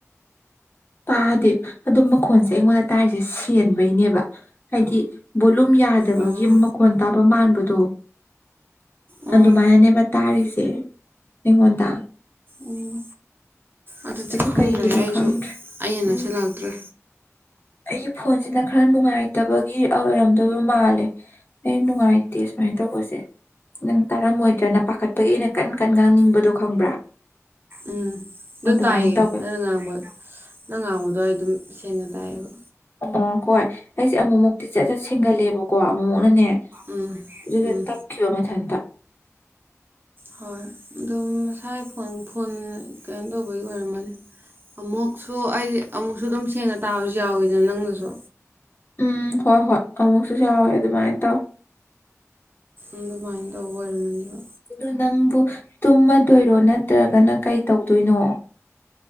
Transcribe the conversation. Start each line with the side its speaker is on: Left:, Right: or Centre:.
Left: ꯇꯥꯗꯦ ꯑꯗꯨ ꯃꯈꯣꯟꯁꯦ ꯑꯩꯉꯣꯟꯗ ꯇꯥꯔꯤꯁꯦ ꯁꯦꯟꯕꯩꯅꯦꯕ ꯍꯥꯏꯗꯤꯠ ꯂꯨꯝ ꯌꯥꯗꯕꯒꯤ
Right: ꯑꯣ
Left: ꯃꯈꯣꯟ ꯇꯥꯕ ꯃꯥꯟꯕꯗꯣ
Right: ꯑꯣ
Left: ꯑꯗꯨꯃꯥꯏꯅꯅꯦ ꯇꯥꯔꯤꯁꯦ ꯑꯩꯉꯣꯟꯗ
Right: ꯎꯝ ꯑꯗꯨꯗꯤ
Left: ꯑꯗꯨ
Right: ꯈꯪꯗ꯭ꯔꯦ
Left: ꯀꯩꯒꯤꯅꯣ
Right: ꯑꯩꯁꯨ
Left: ꯈꯪꯗ꯭ꯔꯦ
Right: ꯑꯟꯅ
Left: ꯎꯝ
Right: ꯁꯤ ꯂꯥꯛꯇ꯭ꯔꯦ
Left: ꯑꯩꯒꯤ ꯐꯣꯟꯁꯤꯅ ꯈꯔ ꯅꯨꯡꯉꯥꯏꯇꯕꯒꯤ ꯑꯣꯏꯔꯝꯗꯣꯏꯕ ꯃꯥꯜꯂꯦ ꯑꯩ ꯅꯨꯡꯉꯥꯏꯇꯦ ꯁꯨꯃꯥꯏꯅ ꯇꯧꯕꯁꯦ ꯅꯪ ꯇꯥꯔꯝꯃꯣꯏꯗ꯭ꯔꯅ ꯄꯥꯈꯠꯄꯒꯤ ꯑꯩꯅ ꯀꯟ ꯀꯟ ꯉꯥꯡꯅꯤꯡꯕꯗꯣ ꯈꯪꯕ꯭ꯔꯥ
Right: ꯎꯝ ꯑꯗꯨꯣ
Left: ꯑꯗꯨꯃꯥꯏꯅ
Right: ꯇꯥꯏꯌꯦ
Left: ꯇꯧꯋꯦ
Right: ꯅꯪ ꯉꯥꯡꯕ ꯅꯪ ꯉꯥꯡꯕꯗ ꯑꯗꯨꯋꯥꯏ ꯑꯗꯨꯝ ꯁꯦꯡꯅ ꯇꯥꯏꯌꯦꯕ
Left: ꯑꯣ ꯍꯣꯏ ꯑꯩꯁꯦ ꯑꯃꯨꯛꯃꯨꯛꯇꯤ ꯆꯠ ꯆꯠ ꯁꯦꯡꯒꯠꯂꯦꯕꯀꯣ ꯑꯃꯨꯛꯃꯨꯅꯅꯦ
Right: ꯎꯝ
Left: ꯑꯗꯨ
Right: ꯎꯝ
Left: ꯇꯞꯈꯤꯕ ꯃꯊꯟꯇ
Right: ꯍꯣꯏ ꯑꯣ ꯃꯁꯥꯏ ꯐꯣꯟ ꯐꯣꯟ ꯀꯩꯅꯣ ꯇꯧꯕꯒꯤ ꯑꯣꯏꯔꯝꯃꯅꯤ ꯑꯃꯨꯛꯁꯨ ꯑꯩꯗꯤ ꯑꯃꯨꯛꯁꯨ ꯑꯗꯨꯝ ꯁꯦꯡꯅ ꯇꯥꯕꯁꯨ ꯌꯥꯎꯋꯤꯗ ꯅꯪꯅꯁꯨ
Left: ꯎꯝ ꯍꯣꯏ ꯍꯣꯏ ꯑꯃꯨꯛꯁꯨ ꯌꯥꯎꯋꯦ ꯑꯗꯨꯃꯥꯏꯅ ꯇꯧ
Right: ꯑꯗꯨꯃꯥꯏꯅ ꯇꯧꯕ ꯑꯣꯏꯔꯝꯃꯅꯦꯕ
Left: ꯑꯗꯨꯗꯣ ꯅꯪꯕꯨ ꯇꯨꯝꯃꯗꯣꯏꯔꯣ ꯅꯠꯇ꯭ꯔꯒꯅ ꯀꯩ ꯇꯧꯗꯣꯏꯅꯣ